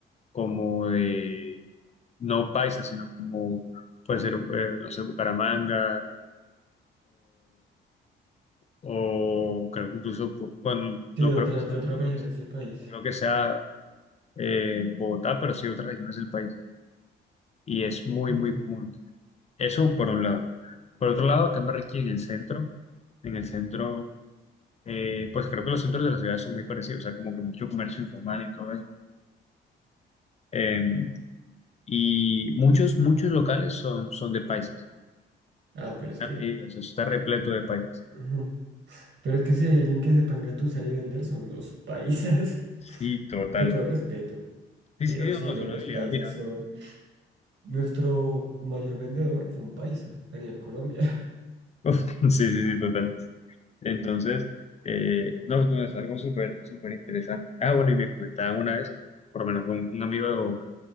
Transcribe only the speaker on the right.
Sí,
de
otras,
de otras
regiones
del país.
Ok.
Ah, pero es que...
ujú. Pero es que si hay alguien que sepa engatusar y vender son los paisas, <laughs>
con todo respeto.
Pero
sí,
no,
los
paisas
son... Nuestro mayor vendedor fue un paisa a nivel Colombia. <laughs>